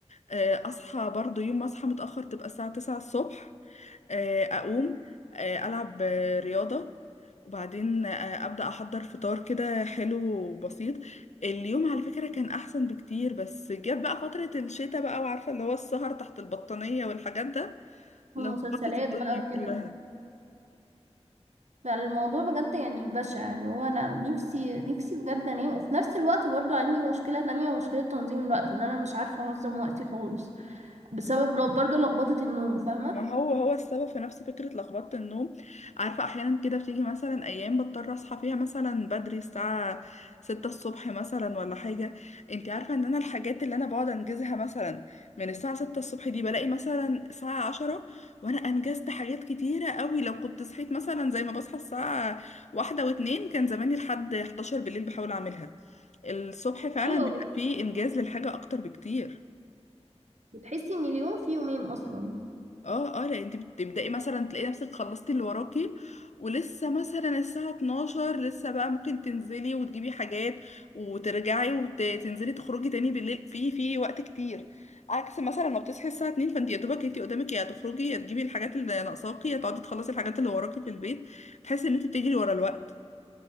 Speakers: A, on the left; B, on the right.
A: آه، اصحى برضو يوم ما اصحى متأخر تبقى الساعة 9 الصبح آه، اقوم آه، العب آه، رياضة وبعدين آه، ابدأ احضر فطار كده حلو وبسيط اليوم على فكرة كان احسن بكتير بس جت بقى فترة الشتاء بقى وعارفة اللي هو السهر تحت البطانية والحاجات ده
B: ومسلسلات
A: لخبطت الدنيا
B: بقى وكده
A: كلها
B: فالموضوع بجد يعني بشع اللي هو انا نفسي نفسي بجد انام وفي نفس الوقت برضو عندي مشكلة تانية مشكلة تنظيم الوقت ان انا مش عارفة انظم وقتي خالص بسبب لو- برضو لخبطة النوم فاهمة
A: ما هو هو السبب في نفس فكرة لخبطة النوم عارفة أحيانا كده بتيجي مثلا أيام بضطر أصحى فيها مثلا بدري الساعة ستة الصبح مثلا ولا حاجة انتي عارفة إن أنا الحاجات اللي أنا بقعد أنجزها مثلا من الساعة ستة الصبح دي بلاقي مثلا الساعة عشرة وأنا أنجزت حاجات كتيرة قوي لو كنت صحيت مثلا زي ما بصحى الساعة واحدة واتنين كان زماني لحد 11 بالليل بحاول أعملها الصبح فعلا
B: ايوه
A: اه بيبقى
B: بت-
A: فيه إنجاز للحاجة أكتر بكتير
B: بتحسي ان اليوم فيه يومين اصلا
A: اه اه لا انت بتبدأي مثلا تلاقي نفسك خلصتي اللي وراكي ولسه مثلا الساعة 12 لسه بقى ممكن تنزلي وتجيبي حاجات وترجعي وتنزلي تخرجي تاني بالليل في في وقت كتير عكس مثلا ما بتصحي الساعة 2 فانت يا دوبك انت قدامك يا تخرجي يا تجيبي الحاجات اللي ناقصاكي يا تقعدي تخلصي الحاجات اللي وراكي في البيت تحسي ان انت بتجري ورا الوقت